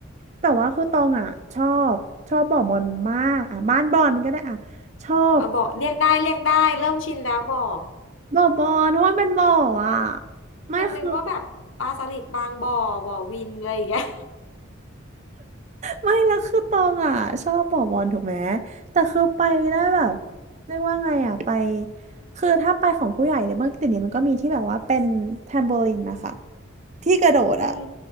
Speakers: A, on the right (about 35°); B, on the left (about 65°).
A: แต่ว่าคือตองอ่ะชอบชอบบ่อบอลมากอ่ะบ้านบอลก็ได้อ่ะชอบ
B: เออบอเรียกได้เรียกได้เริ่มชินแล้วบ่อ
A: บ่อบอลเพราะว่าเป็นบ่ออ่ะไม่คือ
B: ฉันนึกว่าแบบปลาสลิดบางบ่อบ่อวินอะไรอย่างเงี้ย
A: ไม่แล้วคือตองอ่ะชอบบอกบอลถูกไหมแต่คือไปนะแบบเรียกว่าไงอ่ะไปคือถ้าไปของผู้ใหญ่เนี่ยเมื่อกี้นี้มันก็มีที่แบบว่าเป็นแทมโบลินนะคะที่กระโดดอ่ะ
B: <laughs> อืม